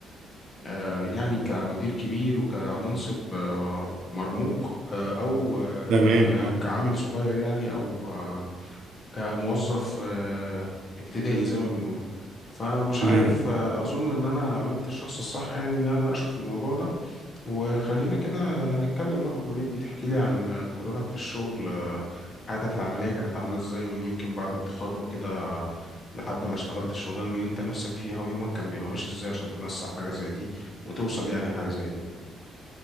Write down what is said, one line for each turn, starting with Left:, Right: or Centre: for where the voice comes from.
Left: آه، يعني كمدير كبير وكمنصب آه، مرموق آه، أو آه،
Right: تمام
Left: ك-
Right: آه.
Left: كعامل صغير يعني أو آه، كموظف آه، ابتدائي زي ما بنقول فمش عارف
Right: امم
Left: آه، اظن ان انا قابلت الشخص الصح يعني ان انا اناقشه في الموضوع ده وخلينا كده نتكلم ناخد وندي تحكي لي عن خبراتك في الشغل آه، حياتك العملية كانت عاملة ازاي من يمكن بعد التخرج كده لحد ما اشتغلت الشغلانة اللي انت نفسك فيها ويومك كان بيبقى ماشي ازاي عشان تنسق حاجة زي دي وتوصل يعني لحاجة زي دي